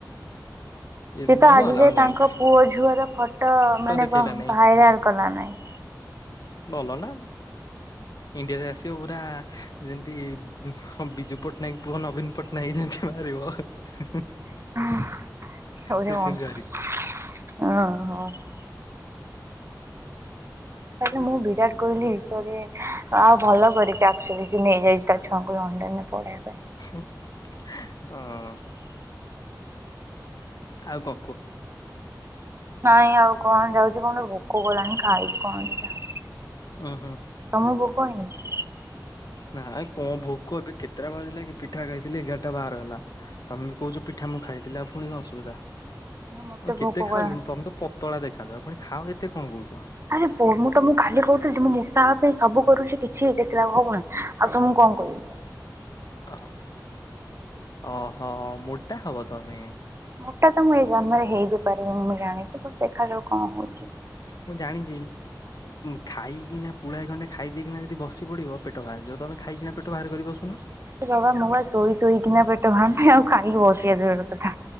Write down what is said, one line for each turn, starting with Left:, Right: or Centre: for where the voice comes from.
Left: ଏ
Right: ସିଏଏ ତ
Left: ଭଲ
Right: ଆଜି
Left: ହେଲା
Right: ଯାଇ
Left: ମୁଁ ଜାଣି
Right: ତାଙ୍କ ପୁଅ ଝୁଅର ଫଟୋ ମାନେ
Left: ଦେଖେଇଲା
Right: ଭାଇରାଲ
Left: ନାଇଁ
Right: କଲା ନାହିଁ।
Left: ଭଲ ନା ଇଣ୍ଡିଆରେ ଆସିବ ପୁରା ଯେମିତି ହଁ ବିଜୁ ପଟ୍ଟନାୟକ୍ ପୁଅ ନବୀନ ପଟ୍ଟନାୟକ୍ ଜେମ୍ ତି ବାହାରିବ।
Right: ଓ ମ
Left: ସେ ସେମିତି ବାହାରିବ।
Right: ହଁ ହ। ତାହେଲେ ମୁଁ ବିରାଟ କୋହଲି ବିଷୟରେ ଆଉ ଭଲ କରିଛି ଆକ୍ଚୁଆଲି ସି ନେଇଯାଇଛି ତା ଛୁଆଙ୍କୁ ଲଣ୍ଡନରେ ପଢ଼େଇବା ପାଇଁ।
Left: ହୁଁ, ହଁ <unintelligible> ଆଉ କଣ କୁହ।
Right: ନାଇଁ ଆଉ କଣ ଯାଉଛି କଣ ଭୋକ ଗଲାଣି ଖାଇବି କଣ ଦିଟା ତମକୁ
Left: ଉଁ ହୁଁ
Right: ଭୋକ ହେଇନି?
Left: ନାଇଁ କଣ ଭୋକ ଏବେ କେତେଟା ବାଜିଲାକି କି ପିଠା ଖାଇଥିଲି ଏଗାରଟା ବାର ହେଲା। ତମେ କହୁଛ ପିଠା ମୁଁ ଖାଇିଥିଲି ଆଉ ପୁଣି କଣ ଅସୁବିଧା ହେଲା
Right: ନା ମତେ
Left: କେତେ
Right: ଭୋକ
Left: ଖାଅକି
Right: କଲାଣି।
Left: ତମେ ତ ପ ପତଳା ଦେଖାଯାଅ ପୁଣି ଖାଅ ଏତେ କଣ କହୁଛ।
Right: ଆରେ ମୁଁ ତମକୁ କାଲି କହୁଥିଲି ଟି ମୁଁ ମୋଟା ହବା ପାଇଁ ସବୁ କରୁଛି କିଛି ଦେଖିଲାକୁ ହଉନହିଁ ଆଉ ତମକୁ କଣ କହିବି।
Left: ଅ ଅ ହ ମୋଟା ହବ ତମେ।
Right: ମୋଟା ତ ମୁଁ ଏଇ ଜନ୍ମରେ ହେଇ ବିି ପାରିବିନି ମୁଁ ଜାଣିଛି ବଟ ଦେଖାଯାଉ କଣ ହଉଛି।
Left: ମୁଁ ଜାଣିଛି। ଖାଇକିନା ପୁଳା ଖଣ୍ଡେ ଖାଇ ଦେଇେଇକିନା ଯଦି ବସି ପଡିବ ପେଟ ବାହାରି ଯିବ ତମେ ଖାଇକିନା ପେଟ ବାହାର କରିବ। ବସୁନ।
Right: ବାବା ମୁଁ ବା ଶୋଇ ଶୋଇକିନା ପେଟ ଭାରୁନି ଆଉ ଖାଇକି ବସିବା ଦୁରର କଥା।